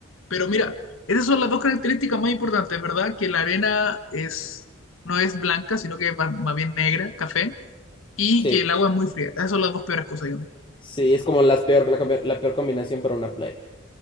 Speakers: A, on the left (about 75°); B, on the left (about 25°).
A: Pero mira, esas son las dos características más importantes, ¿verdad? Que la arena es, no es blanca, sino que es más más bien negra, café, y
B: Sí,
A: que el agua es muy fría. Esas son las dos peores cosas, digamos.
B: sí, es como las peor, la, combi- la peor combinación para una playa.